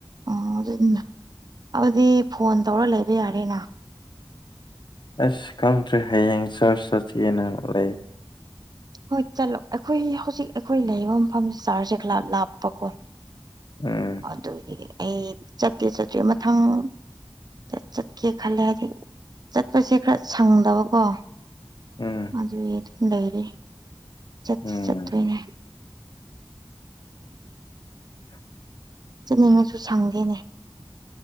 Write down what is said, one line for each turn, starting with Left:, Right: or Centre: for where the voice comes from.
Right: ꯑꯣ <inaudible> ꯑꯗꯨꯗꯤ ꯐꯣꯟ ꯇꯧꯔ ꯂꯩꯕ ꯌꯥꯔꯦꯅ
Left: ꯑꯁ ꯈꯪꯗ꯭ꯔꯦ ꯍꯌꯦꯡ ꯆꯥꯔꯆ ꯆꯠꯀꯦꯅ ꯂꯩ
Right: ꯍꯣꯏ ꯆꯠꯂꯣ ꯑꯩꯈꯣꯏ ꯍꯧꯖꯤꯛ ꯑꯩꯈꯣꯏ ꯂꯩꯕ ꯃꯐꯝ ꯆꯥꯔꯖ ꯈ꯭ꯂꯥꯞ ꯂꯞꯄꯀꯣ
Left: ꯎꯝ
Right: ꯑꯗꯨꯗꯤ ꯑꯩ ꯆꯠꯇꯦ ꯆꯠꯇ꯭ꯔꯦ ꯃꯊꯪ ꯆꯠ ꯆꯠꯀꯦ ꯈꯜꯂꯛꯑꯗꯤ ꯆꯠꯄꯁꯦ ꯈꯔ ꯁꯪꯗꯕꯀꯣ
Left: ꯎꯝ
Right: ꯑꯗꯨꯏ ꯂꯩꯔꯤ ꯆꯠꯁꯤ
Left: ꯎꯝ
Right: ꯆꯠꯇꯣꯏꯅꯦ
Left: <inaudible>
Right: ꯆꯠꯅꯤꯡꯉꯁꯨ ꯁꯪꯗꯦꯅꯦ